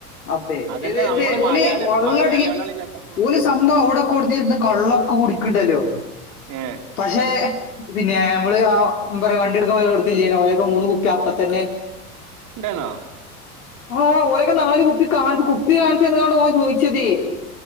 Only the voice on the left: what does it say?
അതെ.
ഇത്
ഒലി
വള്ളടരികെ
ഒരു സംഭവം അവിടെ കൊടുന്നിര് ഇത് കള്ള് കുടിക്കേണ്ടല്ലോ.
പഷേ പിന്നെ മമ്മള് ആബറ് വണ്ടി എടുക്കാൻ പോയോട്ത്തില്ലെനോ. ഓരൊക്കെ മൂന്ന് കുപ്പി അപ്പ തന്നെ
ആഹ് ആ ഓരൊക്കെ നാല് കുപ്പി കാണ് കുപ്പി കാണിച്ചന്നണ്ട. ഓൻ ചോയിച്ചതെ